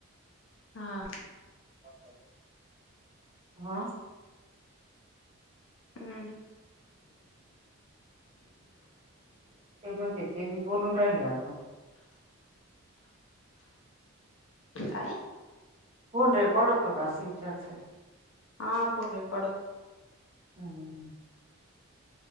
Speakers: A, on the left (about 60°); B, on the right (about 30°).
A: हा.
B: <inaudible>
A: हं.
B: ते म्हणते ते भी बोलून राहिले असं
A: काय?
B: फोन रेकॉड होतो का असं विचारत्यात.
A: हा फोन रेकॉर्ड
B: हम्म.